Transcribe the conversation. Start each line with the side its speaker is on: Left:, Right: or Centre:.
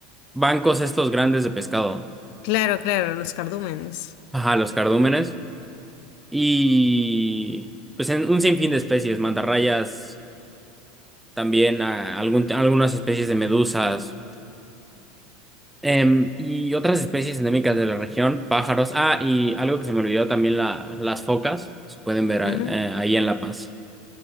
Centre: bancos estos grandes de pescado,
Left: Claro, claro, los cardúmenes.
Centre: ajá, los cardúmenes. Y pues en un sinfín de especies, mantarrayas, también a algún- algunas especies de medusas em, y otras especies endémicas de la región, pájaros. Ah, y algo que se me olvidó también, la- las focas, se pueden ver a-
Left: Ujú.
Centre: eh, ahí en La Paz.